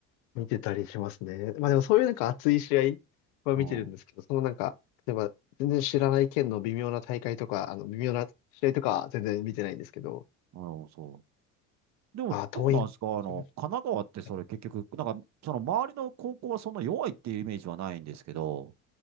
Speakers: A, on the left; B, on the right.
A: 見てたりしますね。まあでもそういうなんか熱い試合は見てるんですけど、
B: うん。
A: そのなんか、例えば全然知らない県の微妙な大会とか、あの微妙な試合とかは全然見てないんですけど、
B: うん、そう。でも、
A: ああ、桐蔭勝ちまし
B: どうなんですかあの、神奈川ってそれ結局、
A: たね。
B: なんか、その周りの高校はそんな弱いっていうイメージはないんですけど、